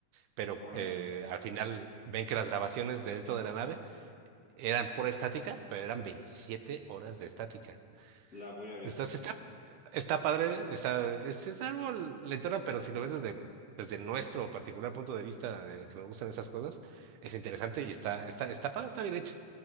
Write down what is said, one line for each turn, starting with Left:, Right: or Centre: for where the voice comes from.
Right: Pero
Left: Órale,
Right: eh, al final ven que las grabaciones de dentro de la nave eran pura estática, pero eran 27 horas de estática.
Left: la voy a ver,
Right: Estás, está, está padre, está, es, es algo lentona, pero si lo ves desde, desde nuestro particular punto de vista, de que nos gustan esas cosas, es interesante y está, está, está padre, está bien hecha.